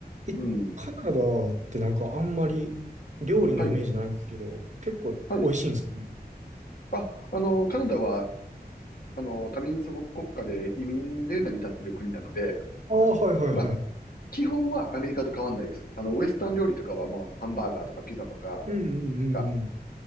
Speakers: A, on the right; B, on the left.
A: え、
B: うん。
A: カナダってなんかあんまり料理のイメージないんですけど、
B: はい、
A: 結構美味しいんですよね。
B: はい。あ、あの、カナダは、あの、多民族国家で移民で成り立っている国なので、
A: ああ、はいはいはい。
B: まあ、基本はアメリカと変わんないです。あの、ウエスタン料理とかは、まあ、ハンバーガーとかピザとか
A: うんうんうんうん。
B: が、